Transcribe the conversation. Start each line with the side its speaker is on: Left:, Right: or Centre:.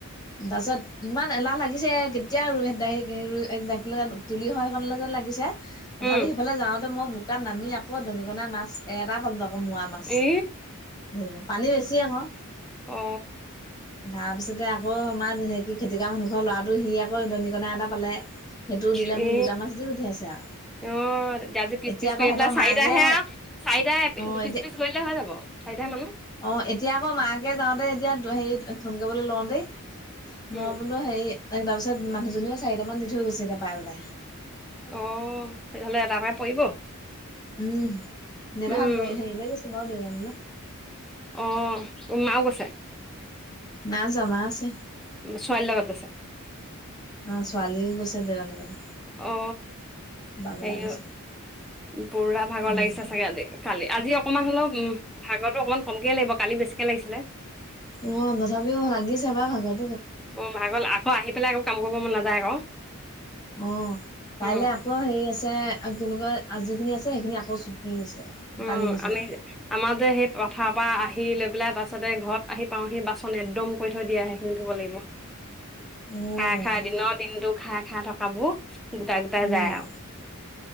Left: তাৰপিছত ইমান এলাহ লাগিছে কেতিয়া আৰু হেৰু তুলি হয় সেইখন যেন লাগিছে। তথাপি
Centre: উম
Left: সেইফালে যাওঁতে মই বোকাত নামি আকৌ দৰিকণা মাছ এটা পাল। আকৌমোৱা মাছ
Centre: ই
Left: ধৰিব পানী বেছি আকৌ
Centre: অ
Left: তাৰপিছতে আকৌ আমাৰে কি খেতিকা মানুহ ঘৰ ল'ৰাটো সি আকৌ দৰিকণা এটা পালে সেইটো দিলে
Centre: এ
Left: মোক দুটা মাছ দি পঠিয়াইছে আছে আৰু
Centre: অ আজি পিচ
Left: এতিয়া
Centre: পিচ
Left: আকৌ
Centre: কৰি
Left: সিহঁতৰ
Centre: পেলাই চাৰিটাহে
Left: মাকে
Centre: চাৰিটা
Left: অ
Centre: দু
Left: এতিয়া
Centre: পিচ পিচ কৰিলে হৈ যাব চাৰিটাহে মানুহ
Left: অ এতিয়া আকৌ মাকে যাওঁতে এতিয়া হেৰি ফোন কৰিবলৈ লওঁ দেই
Centre: উম
Left: মই বোলো হেৰি তাৰপিছত মানুহজনীও চাৰিটা মান দি থৈ গৈছে এতিয়া পাই বেলাই।
Centre: অ তেতিয়হ'লে এটাকে পৰিব।
Left: উম দেতাহত
Centre: উম
Left: দয় হেৰিলে গৈছ ন দেৰি মানিলে
Centre: অ উ মাও গৈছে।
Left: না জমা আছে।
Centre: ছোৱালী লগত গৈছে।
Left: অ ছোৱালীয়ে গৈছে দেৰাৰ লগতে
Centre: অ
Left: বাগলাই
Centre: হেৰি
Left: গৈছে
Centre: পুৰা ভাগৰ
Left: উম
Centre: লাগিছে চাগে আজি কালি আজি অকনমান হ'লেও উম ভাগৰো অকমান কমকে লাগিব কালি বেছিকে লাগিছিলে
Left: অ তথাপিও লাগিছে বা ভাগৰ
Centre: অ ভাগল আকৌ আহি পেলাই একৌ কাম কৰিব মন নাযায় আকৌ
Left: অ
Centre: উম
Left: কাইলে আকৌ হেৰি আছে কি বুলি কয় আজি খিনি আছে সেইখিনি আকৌ চুটি আছে
Centre: উম
Left: কালি নিচিনা
Centre: আমি আমাৰ যে সেই পথাৰ পৰা আহ ঠি লৈ পেলাই তাৰাছতে ঘৰত আহি পাও সি বাচন একদম কৈ থৈ দিয়া সেইখিনি থব লাগিব।
Left: উম
Centre: খাই খাই দিনৰ দিনটো খাই খাই থকাবোৰ গোটা গোটা
Left: উম
Centre: যায় আৰু